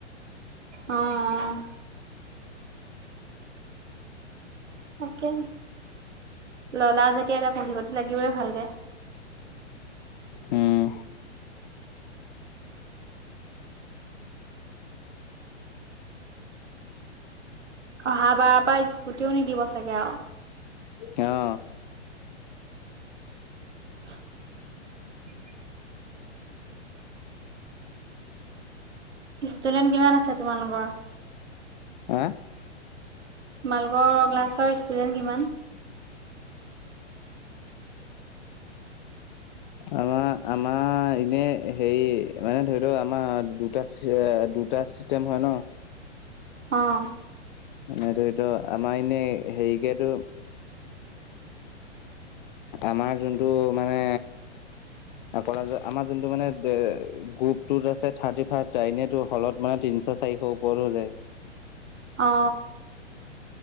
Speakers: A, on the right (about 75°); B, on the left (about 45°).
A: অ' অ'। তাকে। ল'লা যেতিয়া এতিয়া পঢ়িবতো লাগিবই ভালকে।
B: উম্।
A: অহা বাৰৰ পৰা স্কুটিও নিদিব চাগে আঔ।
B: অ'।
A: <inaudible> ষ্টুডেণ্ট কিমান আছে তোমালোকৰ?
B: হা
A: তোমালোকৰ ক্লাছৰ ষ্টুডেণ্ট কিমান?
B: আমা-আমাৰ আ এনে হেৰি মানে ধৰি ল আমাৰ দুটা এ দুটা চিষ্টেম হয় ন'
A: অঁ'।
B: মানে ধৰি ত আমাৰ এনেই হেৰিকে টো আমাৰ যোনটো মানে কলেজৰ আমাৰ যোনটো মানে গ্ৰুপ টোত আছে থাৰ্টি ফাইভ টা, এনে তোৰ হলত মানে তিন'চ-চাৰি ওপৰ হ যায়।
A: অ্ঁ